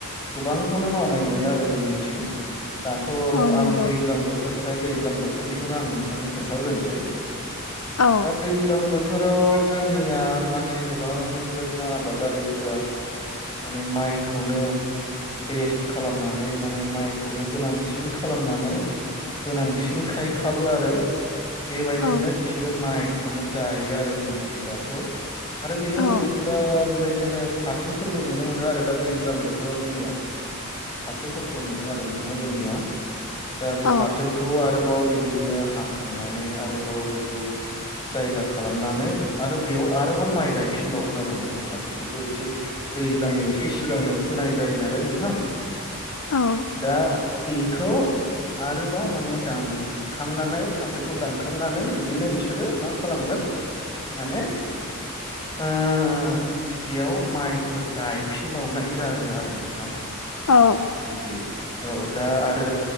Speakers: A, on the left (about 20°); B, on the left (about 85°).
A: गोबांखौनो मावनाय नुयो आरो जोंनिथिं दाथ'
B: औ नंगौ
A: आं दैज्लां बोथोरखाय दैज्लां बोथोरनिखौनो आं नोंथांनो खोन्थाग्रोनोसै
B: औ
A: दा दैज्लां बो बोथोराव जोंनिया माने गोबां बेबायदिनो आबादारिफोरा माने माइखौनो बेस्ट खालामनानै माने माइखौनो गोनांसिन खालामनानै गोनांसिन खायखाबो आरो बेबायदिनो
B: औ
A: बिसोरो माइ खौनो गायो आरो जोंनिथिं दाथ' आरो बेजों
B: औ
A: लोगोसे दा बेबायदि बिदिनो फाथो फोरबो नुनो मोनो आरो दा दैज्लां बोथोराव जोंनियाव फाथोफोरखौ नुदों आरो नोंथाङा जोंनियाव दा बे
B: औ
A: फाथोखौ आरोबाव बेबायदिनो हाखांनानै आरोबाव बेखौ जायगा खालामनानै आरो बेयाव आरोबाव माइ गायफिनबावगोन आरो माने फाथोखौथ' एसे दैज्लांनि एसे सिगांनो फोनाय जायो नालाय नोंथां
B: औ
A: दा बेखौ आरोबाव माने दानखांनानै फाथोखौ दानखांनानै बिदिनो बिसोरो मा खालामगोन माने ओह बेयाव माइफोर गायफिनबावनाय जागोन आरो नोंथां
B: औ
A: बिदि औ दा आरो